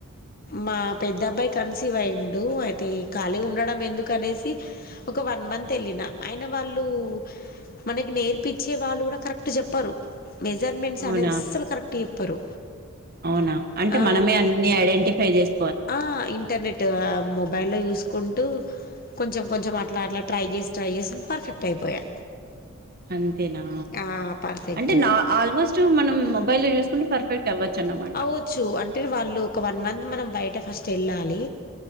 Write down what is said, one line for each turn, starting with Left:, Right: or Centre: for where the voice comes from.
Left: మా పెద్దబ్బాయి కన్సీవ్ అయిండు అయితే ఖాళీ ఉండడం ఎందుకు అనేసి ఒక వన్ మంత్ ఎళ్ళినా ఆయిన వాళ్ళు మనకి నేర్పిచ్చే వాళ్ళు కూడా కరెక్ట్ చెప్పరు మెజర్మెంట్స్
Right: అవునా
Left: అనేది అస్సలు కరెక్ట్ చెప్పరు
Right: అవునా అంటే
Left: ఆ,
Right: మనమే అన్నీ ఐడెంటి ఫై చేస్
Left: ఆ ఇంటర్నెట్ మొబైల్లో చూస్కున్ టు కొంచెం కొంచెం అట్లా అట్లా ట్రై చేసి ట్రై చేసి పర్ఫెక్ట్ అయిపోయా
Right: అంతేనా
Left: ఆ, పర్ఫెక్ట్
Right: అంటే నా ఆల్మోస్ట్ టు మనం మొబైల్ లో చూకుంటు పర్ఫెక్ట్ అవ్వచ్చు అన్నమాట
Left: అవ్వచ్చు అంటే వాళ్ళు ఒక వన్ మంత్ మనం బయట ఫస్ట్ చెళ్ళాలి